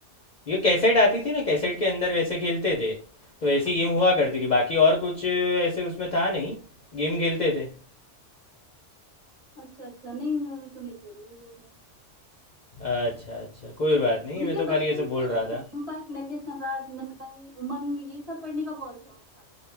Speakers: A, on the left; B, on the right.
A: ये कैसेट आती थी ना कैसेट के अंदर वैसे खेलते थे तो ऐसी
B: अच्छा
A: गेम हुआ
B: कैसे
A: करती थी बाकी और कुछ ऐसे उसमें था नहीं गेम खेलते थे
B: अच्छा अच्छा नहीं मैंने तो नहीं खेली है ये गेम
A: अच्छा अच्छा कोई बात नहीं
B: मुझे
A: मैं तो
B: बचपन
A: खाली ऐसे
B: से
A: बोल रहा
B: चंपक
A: था
B: नन्हे सम्राट नंदन उमंग ये सब पढ़ने का बहुत शौक था